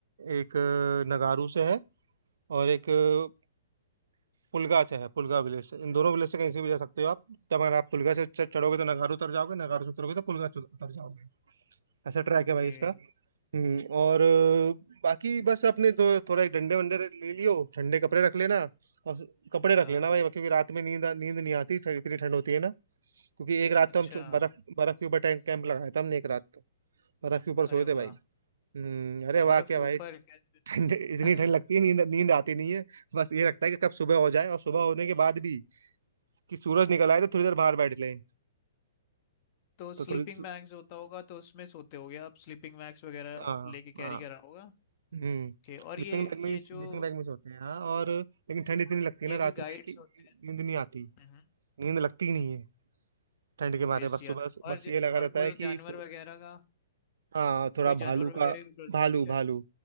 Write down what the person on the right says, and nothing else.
एक अ, नगारू से है और एक अ, पुलगा से है पुलगा विलेज से इन दोनों विलेज से कहीं से भी जा सकते हो आप तब अगर आप पुलगा से चढ़- चढ़ोगे तो नगारू उतर जाओगे नगारू से उतरोगे तो पुलगा से उतर जाओगे ऐसा ट्रैक
है भाई इसका हम्म, और अ, बाकी बस अपने दो थोड़ा एक डंडे वंडे ले लियो ठंडे कपड़े रख लेना और कपड़े रख
लेना भाई क्योंकि रात में नींद नींद नहीं आती ठंड- इतनी ठंड होती है ना क्योंकि एक रात
तो हम सो- बर्फ बर्फ के ऊपर टेंट कैंप लगाया था हमने एक रात तो बर्फ के ऊपर
सोए थे
भाई हम्म, अरे वाह
क्या
भाई
ठंड इतनी
ठंड लगती है नींद नींद आती नहीं है बस ये लगता है कि कब सुबह हो जाए और सुबह होने के बाद भी कि सूरज निकल आए तो थोड़ी देर बाहर बैठ लें
तो थोड़ी
हाँ
हाँ
हम्म
स्लीपिंग
बैग में
स्लीपिंग
बैग में सोते हैं हाँ और लेकिन ठंड इतनी
लगती
है ना रात
में कि नींद
नहीं आती
नींद लगती ही नहीं है ठंड के
मारे बस
सुबह
बस
ये लगा
रहता
है कि
सो-
हाँ थोड़ा
भालू
का
भालू
भालू